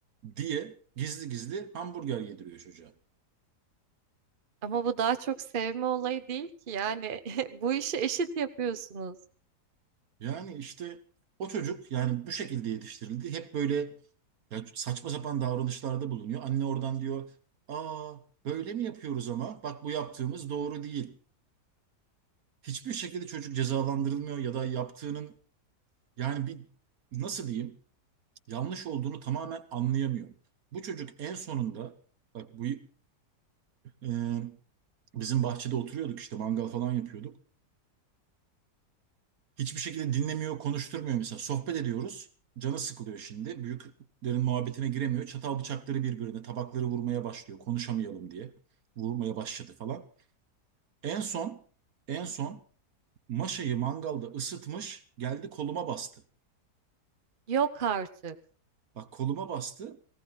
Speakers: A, on the right; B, on the right.
A: diye gizli gizli hamburger yediriyor çocuğa.
B: Ama bu daha çok sevme olayı değil ki yani <laughs> bu işi eşit yapıyorsunuz.
A: Yani işte o çocuk yani bu şekilde yetiştirildi. Hep böyle Ya saçma sapan davranışlarda bulunuyor. Anne oradan diyor, aa böyle mi yapıyoruz ama? Bak bu yaptığımız doğru değil. Hiçbir şekilde çocuk cezalandırılmıyor ya da yaptığının yani bir nasıl diyeyim yanlış olduğunu tamamen anlayamıyor. Bu çocuk en sonunda bak bu e, bizim bahçede oturuyorduk işte mangal falan yapıyorduk. Hiçbir şekilde dinlemiyor, konuşturmuyor mesela. Sohbet ediyoruz. Canı sıkılıyor şimdi. Büyüklerin muhabbetine giremiyor. Çatal bıçakları birbirine, tabakları vurmaya başlıyor. Konuşamayalım diye. Vurmaya başladı falan. En son, en son maşayı mangalda ısıtmış. Geldi koluma bastı.
B: Yok artık.
A: Bak koluma bastı.